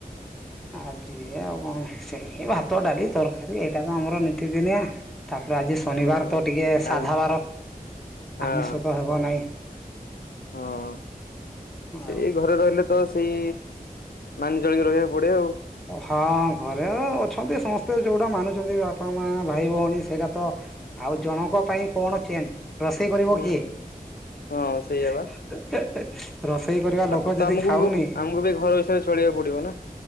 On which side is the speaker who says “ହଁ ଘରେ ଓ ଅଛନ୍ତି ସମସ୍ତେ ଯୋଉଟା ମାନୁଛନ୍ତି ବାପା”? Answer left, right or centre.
Centre